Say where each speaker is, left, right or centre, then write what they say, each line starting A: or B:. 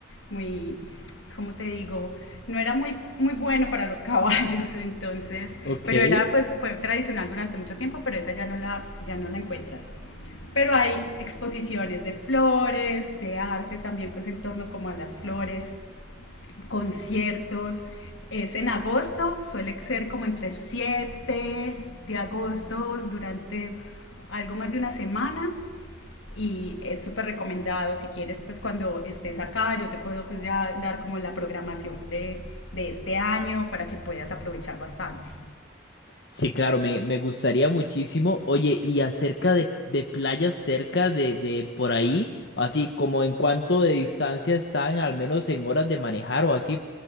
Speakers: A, on the left; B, on the left.
A: muy como te digo, no era muy, muy bueno para los <laughs> caballos, entonces,
B: ok.
A: pero era pues fue tradicional durante mucho tiempo, pero esa ya no la, ya no la encuentras. Pero hay exposiciones de flores, de arte también pues en torno como a las flores, conciertos. Es en agosto, suele ser como entre el siete de agosto, durante algo más de una semana. Y es súper recomendado, si quieres, pues cuando estés acá, yo te puedo pues ya dar como la programación de, de este año para que puedas aprovechar bastante.
B: Sí, claro, me, me gustaría muchísimo. Oye, y acerca de, de playas cerca de, de por ahí, así como en cuánto de distancia están, al menos en horas de manejar o así,